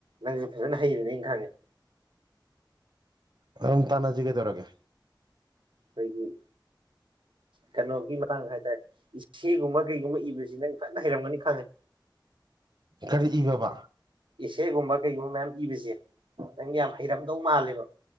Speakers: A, on the right (about 85°); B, on the right (about 60°).
A: ꯅꯪꯖꯨ ꯐꯖꯅ ꯍꯩꯕꯅꯦ ꯑꯩꯟ ꯈꯪꯉꯦ
B: ꯑꯗꯨꯝ ꯇꯥꯟꯅꯖꯤ ꯀꯩꯗꯧꯔꯒꯦ
A: ꯑꯩꯈꯣꯏꯒꯤ ꯀꯩꯅꯣꯒꯤ ꯃꯇꯥꯡꯗ ꯍꯥꯏꯇꯥꯔꯦ ꯏꯦꯒꯨꯝꯕ ꯀꯩꯒꯨꯝꯕ ꯏꯕꯖꯤ ꯅꯪ ꯐꯖꯅ ꯍꯩꯔꯝꯒꯅꯤ ꯈꯪꯉꯦ
B: ꯀꯔꯤ ꯏꯕꯕꯥ
A: ꯑꯦꯁꯦꯒꯨꯝꯕ ꯀꯩꯒꯨꯝꯕ ꯃꯌꯥꯝ ꯏꯕꯁꯦ ꯅꯪꯗꯤ ꯌꯥꯝ ꯍꯩꯔꯝꯗꯧ ꯃꯥꯜꯂꯦꯕ